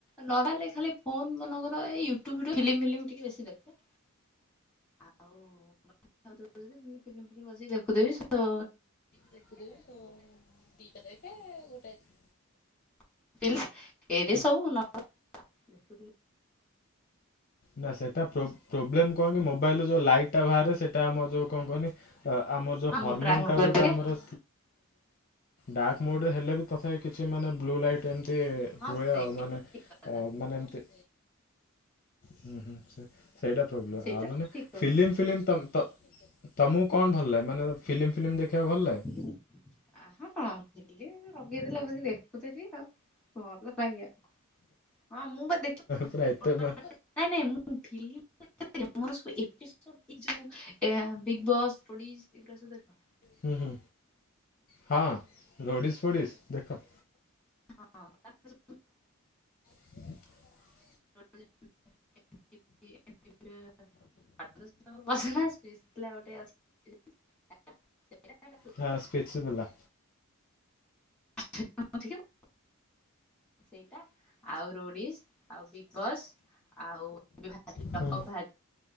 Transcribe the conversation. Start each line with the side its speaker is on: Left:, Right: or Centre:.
Centre: ନଡଲେ ଖାଲି ଫୋନ ମନେକର ୟୁ ଟ୍ୟୁବ୍ ଫିଲ୍ମ ବିଲମ ବେଶି ଦେଖେ। ଆଉ <inaudible> ଫିଲ୍ମ ଫିଲ୍ମ ବସିକି ଦେଖୁଥିବି ସ
Left: ଦେଖୁଥିବି ତ ଦିଟା ଯାକେ ଗୋଟେ ଯାକେ
Centre: <inaudible> ଏରେ ସବୁ ନ୍ ଦେଖୁଥିବି।
Left: ନା ସେଇଟା ପ୍ରୋବ-ପ୍ରୋବ୍ଲେମ୍ କଣକି ମୋବାଇଲରେ ଯୋଉ ଲାଇଟ୍ଟା ବାହାରେ ସେଟା ଆମର ଯଉ କଣ କହନି ଆ ଆମର ଯୋଉ
Centre: ହଁ
Left: ହର୍ମୋନ୍ଟା
Centre: ମୁଁ ଡ୍ରାମୋଡ କରିଦିଏ
Left: ଯୋଉଟା ଆମର ଡାର୍କ ମୋଡ୍ ରେ ହେଲେ ବି ତଥାପି କିଛି ବ୍ଲୁ ଲାଇଟ ଏମତି
Centre: ହଁ
Left: ହୁଏ
Centre: ସେଇ
Left: ଆଉ ମାନେ
Centre: କଥା
Left: ମାନେ ଏମିତି ହୁଁ ହୁଁ ସେ ସେଇଟା ପ୍ରୋବ୍ଲେମ୍
Centre: ସେଇଟା
Left: ଆଉ ନହେଲେ
Centre: ଠିକ କଥା।
Left: ଫିଲ୍ମ ଫିଲ୍ମ୍ ତମ ତ୍ ତମକୁ କଣ ଭଲ ଲାଗେ, ମାନେ ଫିଲ୍ମ ଫିଲ୍ମ ଦେଖିବାକୁ ଭଲ ଲାଗେ?
Centre: <unintelligible> ଆହ କଣ୍ ଫିଲ୍ମ ଲଗେଇଦେଲେ ବସିକି ଦେଖୁଥିବି ଆଉ ଭଲ ପାଇବା କଣ। ହଁ ମୁଁ ବା ଦେଖି
Left: ପୁରା
Centre: <inaudible>
Left: ଏତେ ମାନେ
Centre: ନାଇଁ ନାଇଁ ମୁଁ ଫିଲ୍ ତ ଦେଖେ ମୋର ସବୁ ଏପିସୋଡ ଏ ଯୋଉ ଏଆ ବିଗ୍ ବସ୍। ରୋଡିଜ ଏଗୁରା ସବୁ ଦେଖି।
Left: ହୁଁ ହୁଁ ହଁ ରୋ଼ଡିସ ଫୋଡ଼ିସ ଦେଖ।
Centre: ହଁ ତାପରେ ସବୁ।
Left: <unintelligible>
Centre: <unintelligible> <unintelligible> <unintelligible>
Left: ଝାସ ସ୍ପିଛି ବୁଲା।
Centre: <unintelligible> ସେଇଟା ଆଉ ରୋଡିସ୍‌, ଆଉ ବିଗ ବସ୍। ଆଉ <unintelligible>
Left: ହୁଁ